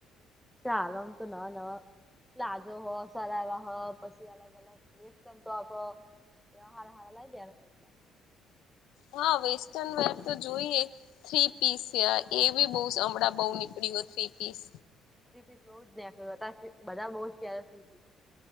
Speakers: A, in the centre; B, on the left.
A: ચાલવામ તો નવા નવા પ્લાઝો હ સરારા હ પછી અલગ અલગ તો આપ વ્યવહાર હારા લઈ દેનું કપડા
B: હા વેસ્ટર્ન વેર તો જોઈએ. થ્રી પીસ છે એ બી બઉ હણાં બઉુ નીકળી હો થ્રી પીસ
A: સ્્રીપીસ બહુ જ નનેખ્યું હતા બધા બહુ જ પ સ્્રીપીસ